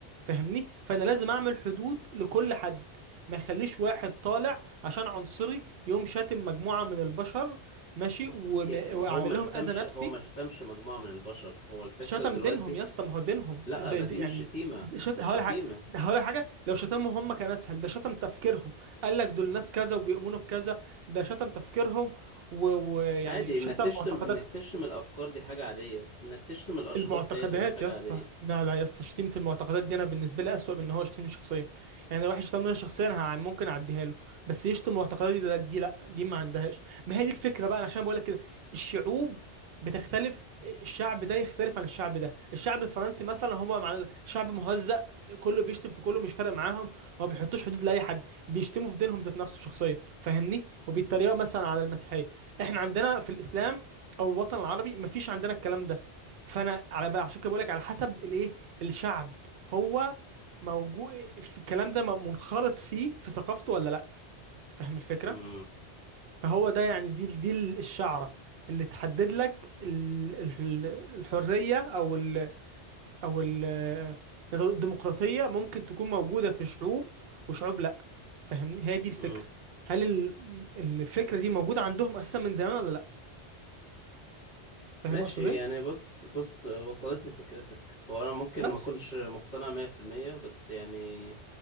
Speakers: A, on the right; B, on the left.
A: فاهمني؟ فأنا لازم أعمل حدود لكل حد ما يخليش واحد طالع عشان عنصري يقوم شاتم مجموعة من البشر ماشي وم...
B: ي- ما
A: وأعمل
B: هو ما
A: لهم
B: شتمش
A: أذى نفسي
B: هو ما شتمش مجموعة من البشر هو الفكرة
A: شتم
B: دلوقتي
A: دينهم يا اسطى ما هو دينهم
B: لا
A: ده
B: ما
A: ده
B: دي مش
A: يعني
B: شتيمة
A: ده شت...
B: مش
A: هقول
B: شتيمة
A: لك حاجه هقول لك حاجه لو شتمهم هم كان اسهل ده شتم تفكيرهم قال لك دول ناس كذا وبيؤمنوا بكذا ده شتم تفكيرهم ويعني و... ويعني
B: عادي
A: شتم
B: انك تشتم
A: معتقداتهم
B: انك تشتم الافكار دي حاجة عادية انك تشتم الاشخاص
A: المعتقدات
B: هي اللي مش حاجة
A: يا اسطى
B: عادية
A: لا لا يا اسطى شتيمة المعتقدات دي انا بالنسبه لي اسوأ من ان هو يشتمني شخصيا يعني لو واحد شتمني شخصيا انا هع- ممكن اعديها له بس يشتم معتقداتي ده دي لا دي ما عندهاش ما هي دي الفكره بقى أنا عشان بقول لك كده الشعوب بتختلف الشعب ده يختلف عن الشعب ده الشعب الفرنسي مثلا هما مع شعب مهزأ كله بيشتم في كله مش فارق معاهم وما بيحطوش حدود لاي حد بيشتموا في دينهم ذات نفسه شخصيا فاهمني وبيتريقوا مثلا على المسيحيه احنا عندنا في الاسلام او الوطن العربي مفيش عندنا الكلام ده فانا على بقى عشان كده بقول لك على حسب الايه الشعب هو موجود في الكلام ده م- منخرط فيه في ثقافته ولا لا فاهم الفكره
B: امم
A: فهو ده يعني دي دي الشعره اللي تحدد لك ال- ال- الحريه او ال او ال الديمقراطيه ممكن تكون موجوده في شعوب وشعوب لا فاهمني هي دي الفكره
B: امم
A: هل ال- الفكره دي موجوده عندهم اساسا من زمان ولا لا فاهم
B: ماشي
A: اقصد ايه
B: يعني بص بص وصلتني فكرتك هو انا ممكن
A: بس
B: ما اكونش مقتنع 100% بس يعني